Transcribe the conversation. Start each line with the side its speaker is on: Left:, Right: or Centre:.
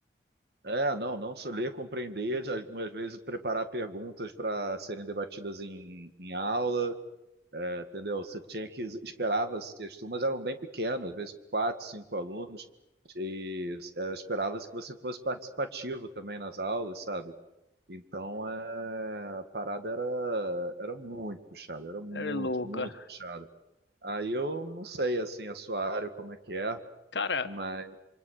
Right: É, não, não só ler, compreender,
Left: É
Right: às às vezes preparar perguntas para serem debatidas em, em aula, entendeu? Você tinha que esperava, se as turmas eram bem pequenas, às vezes quatro, cinco alunos, e é, esperava-se que você fosse participativo também nas aulas, sabe? Então, é, a parada era, era muito puxada, era muito,
Left: é louca.
Right: muito puxada. Aí eu não sei, assim, a sua área, como é que é,
Left: Cara,
Right: mas